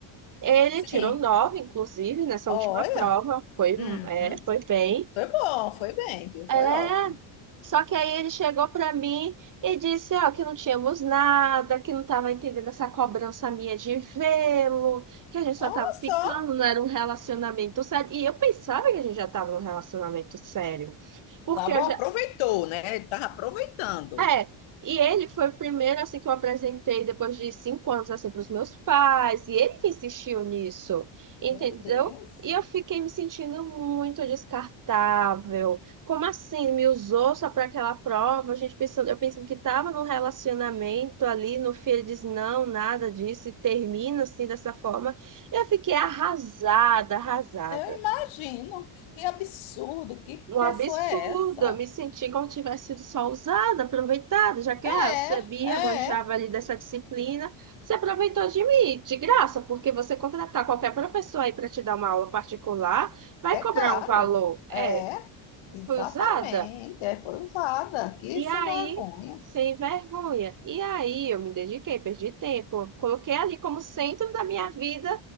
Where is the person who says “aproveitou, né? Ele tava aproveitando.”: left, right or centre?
Left